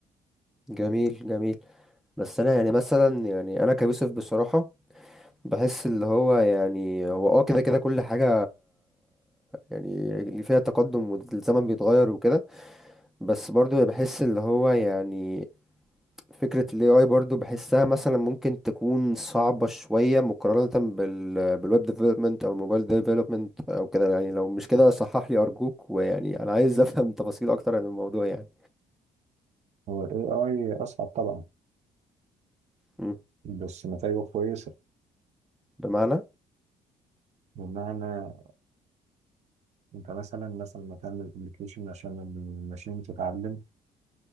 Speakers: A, in the centre; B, on the right (about 50°).
A: جميل جميل بس انا يعني مثلا يعني انا كيوسف بصراحة بحس اللي هو يعني هو اه كده كده كل حاجة يعني اللي فيها تقدم والزمن بيتغير وكده بس برضو بحس اللي هو يعني فكرة ال AI برضو بحسها مثلا ممكن تكون صعبة شوية مقارنة بال بالويب ديفلوبمنت أو الموبايل ديفلوبمنت أو كده يعني لو مش كده صحح لي أرجوك ويعني أنا عايز أفهم <laughs> تفاصيل أكتر عن الموضوع يعني
B: هو الاي اي اصعب طبعا
A: مم.
B: بس نتائجه كويسه
A: بمعنى
B: بمعنى انت مثلا مثلا ما تعمل ابلكيشن عشان الماشين تتعلم